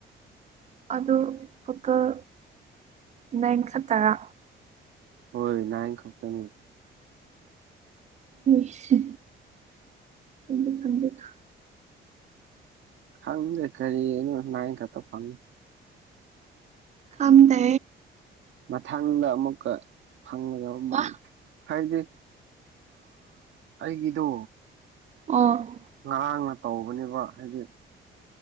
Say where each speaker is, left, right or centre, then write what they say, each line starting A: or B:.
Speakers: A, on the right; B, on the right.
A: ꯑꯗꯨ ꯇꯣꯇꯜ ꯅꯥꯏꯟ ꯈꯠꯇꯔꯥ
B: ꯍꯣꯏ ꯅꯥꯏꯟ ꯈꯛꯇꯅꯤ
A: ꯏꯁ ꯑꯩꯗꯤ ꯈꯪꯗꯦꯀꯣ
B: ꯈꯪꯗꯦ ꯀꯔꯤꯅꯣ ꯅꯥꯏꯟ ꯈꯛꯇ ꯐꯪꯉꯦ
A: ꯀꯝꯗꯦ
B: ꯃꯊꯪꯗ ꯑꯃꯨꯛꯀ ꯐꯪꯒꯗꯕ ꯃꯥꯟꯈ꯭ꯔꯦ
A: ꯍꯥ
B: ꯍꯥꯏꯗꯤ ꯑꯩꯒꯤꯗꯣ
A: ꯑꯣ
B: ꯉꯔꯥꯡꯅ ꯇꯧꯕꯅꯦꯕ ꯍꯥꯏꯗꯤ